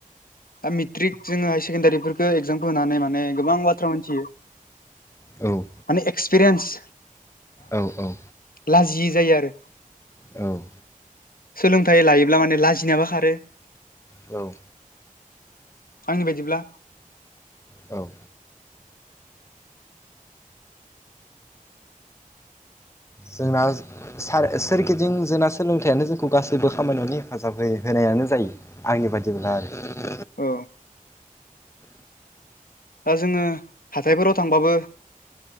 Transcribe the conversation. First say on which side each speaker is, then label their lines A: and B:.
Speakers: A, on the left; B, on the left.
A: दा मेट्रिक जोङो हायार सेकेण्डारिफोरखौ एगजामखौ होनानै माने गोबां बाथ्रा मिथियो
B: औ
A: माने एक्सपिरियेन्स
B: औ-औ
A: लाजियो जायो आरो
B: औ
A: सोलोंथाइ लायोब्ला माने लाजिनायाबो खारो
B: औ
A: आंनि बायदिब्ला
B: औ जोंना सोरगिदिं जोंना सोलोंथाइयानो जोंखौ गासैबो खामानियावनो हेफाजाब होयो होनायानो जायो आंनि बायदिब्ला आरो
A: अ दा जोङो हाथायफोराव थांबाबो